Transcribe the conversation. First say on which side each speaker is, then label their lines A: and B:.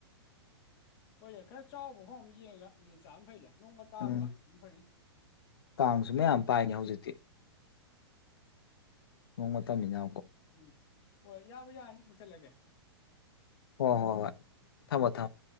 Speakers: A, on the left (about 35°); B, on the left (about 60°).
A: ꯍꯣꯏ ꯌꯥꯏ ꯈꯔ ꯆꯥꯎꯕ ꯍꯣ ꯑꯃ ꯌꯦꯡꯑꯒ ꯌꯦꯟ ꯆꯥꯕꯅ ꯐꯩꯗ꯫ ꯅꯣꯡꯃ ꯇꯥꯕꯒ
B: ꯎꯝ
A: ꯑꯗꯨꯝ ꯐꯅꯤ꯫
B: ꯀꯥꯡꯁꯨ ꯃꯌꯥꯝ ꯄꯥꯏꯅꯤ ꯍꯧꯖꯤꯛꯇꯤ꯫ ꯅꯣꯡ ꯃꯇꯝꯅꯤꯅ
A: ꯎꯝ ꯍꯣꯏ ꯌꯥꯕ ꯌꯥꯅꯤ ꯃꯨꯊꯠꯂꯒꯦ꯫
B: ꯍꯣꯏ ꯍꯣꯏ ꯍꯣꯏ ꯊꯝꯃꯣ-ꯊꯝꯃꯣ꯫